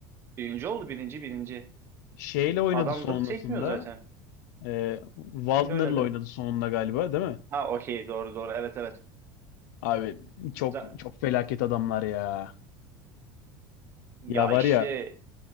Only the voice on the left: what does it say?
Şeyle oynadı
sonrasında.
E, Waldner'la
oynadı sonunda galiba değil mi?
Abi çok
çok felaket adamlar ya.
Ya var
ya